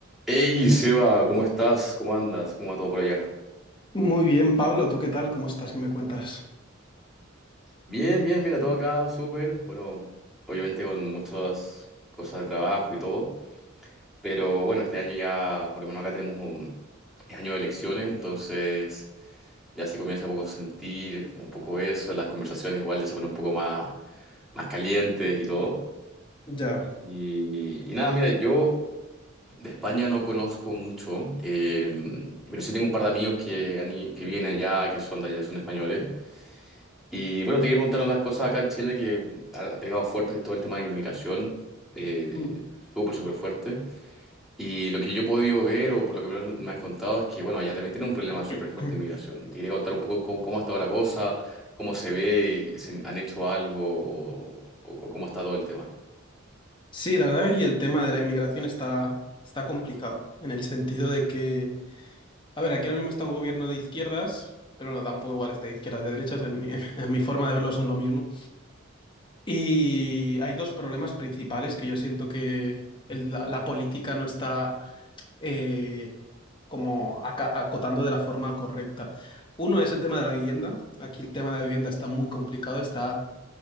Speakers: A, in the centre; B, on the left.
A: Hey Seba, ¿cómo estás? ¿Cómo andas? ¿Cómo va todo por allá?
B: Muy bien, Pablo, ¿tú qué tal? ¿Cómo estás? ¿Qué me cuentas?
A: Bien, bien, mira, todo acá, súper. Bueno, obviamente con muchas cosas de trabajo y todo. Pero bueno, este año ya, por lo menos acá tenemos un, es año de elecciones, entonces ya se comienza un poco a sentir un poco eso. Las conversaciones igual ya se ponen un poco más, más calientes y todo.
B: Ya.
A: Y, y nada, mira, yo de España no conozco mucho, eh, pero sí tengo un par de amigos que, han i- que vienen allá, que son de allá, son españoles. Y bueno, te quería preguntar unas cosas acá en Chile que ha, ha pegado fuerte todo el tema de inmigración, eh,
B: Mm.
A: súper, súper fuerte. Y lo que yo he podido ver o por lo que me me han contado es que, bueno, allá también tiene un problema
B: <clears throat>
A: súper fuerte de inmigración. Y te quería contar un poco cómo, cómo ha estado la cosa, cómo se ve, y si han hecho algo o, o cómo está todo el tema.
B: Sí, la verdad, y el tema de la inmigración está, está complicado, en el sentido de que, a ver, aquí ahora mismo está un gobierno de izquierdas, pero no, da un poco igual, está de izquierdas, de derechas, en mi, <laughs> en mi forma de verlo son lo mismo. Y hay dos problemas principales que yo siento que el- la, la política no está eh, como aca- acotando de la forma correcta. Uno es el tema de la vivienda, aquí el tema de la vivienda está muy complicado, está